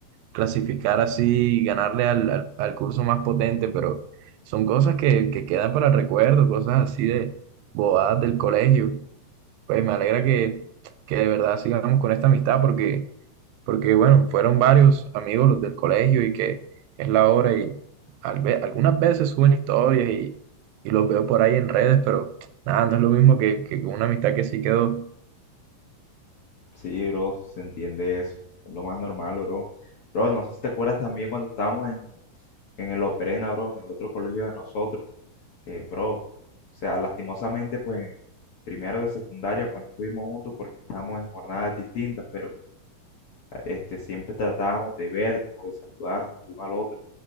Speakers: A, on the right; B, on the left.
A: clasificar así y ganarle al, al, al curso más potente, pero son cosas que, que quedan para el recuerdo, cosas así de bobadas del colegio. Pues me alegra que, que de verdad sigamos con esta amistad porque, porque bueno, fueron varios amigos los del colegio y que es la hora y al ve- algunas veces suben historias y, y los veo por ahí en redes, pero nada, no es lo mismo que, que con una amistad que sí quedó.
B: Sí, bro, se entiende eso. Es lo más normal, bro. Bro, no sé si te acuerdas también cuando estábamos en, en el Operena, bro, en el otro colegio de nosotros. Que, bro, o sea, lastimosamente, pues en primero de secundaria, pues no estuvimos juntos porque estábamos en jornadas distintas, pero Este, siempre tratábamos de vernos o de saludarnos el uno al otro.